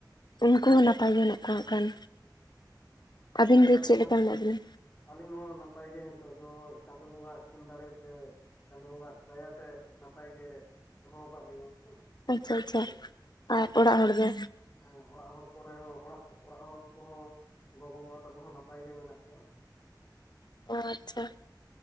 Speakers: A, on the left; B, on the left.
A: ᱩᱱᱠᱩ ᱦᱚᱸ ᱱᱟᱯᱟᱭ ᱜᱮ ᱦᱮᱱᱟᱜ ᱠᱚᱣᱟ ᱦᱟᱸᱜ ᱠᱷᱟᱱ ᱟᱵᱤᱱ
B: ᱱᱟᱯᱟᱭ
A: ᱫᱚ ᱪᱮᱫ
B: ᱛᱟᱦᱮᱸ
A: ᱞᱮᱠᱟ
B: ᱞᱮᱠᱷᱟᱱ
A: ᱢᱮᱱᱟᱜ
B: ᱜᱮ
A: ᱵᱤᱱᱟ?
B: ᱦᱮᱸ ᱟᱹᱞᱤᱧ ᱦᱚᱸ ᱱᱟᱯᱟᱭ ᱜᱮ ᱱᱤᱛᱚᱜ ᱫᱚ ᱪᱟᱸᱫᱚ ᱵᱚᱸᱜᱟᱣᱟᱜ ᱛᱷᱩᱢ ᱫᱟᱲᱮ ᱛᱮ᱾ ᱪᱟᱸᱫᱚ ᱵᱚᱸᱜᱟᱣᱟᱜ ᱫᱟᱭᱟᱛᱮ ᱱᱟᱯᱟᱭ ᱜᱮ ᱫᱚᱦᱚ ᱠᱟᱫ ᱞᱤᱧᱟᱹ᱾ ᱦᱮᱸ
A: ᱟᱪᱪᱷᱟ ᱟᱪᱪᱷᱟ
B: ᱥᱮ
A: ᱟᱨ ᱚᱲᱟᱜ ᱦᱚᱲ ᱫᱚ?
B: ᱦᱮᱸ ᱚᱲᱟᱜ ᱦᱚᱲ ᱠᱚᱨᱮ ᱦᱚᱸ ᱚᱲᱟᱜ ᱚᱲᱟᱜ ᱦᱚᱲ ᱠᱚᱦᱚᱸ ᱜᱚᱜᱚ ᱵᱟᱵᱟ ᱛᱟᱠᱚ ᱦᱚᱸ ᱱᱟᱯᱟᱭ ᱜᱮ ᱢᱮᱱᱟᱜ ᱠᱚᱣᱟ
A: ᱚ ᱟᱪᱪᱷᱟ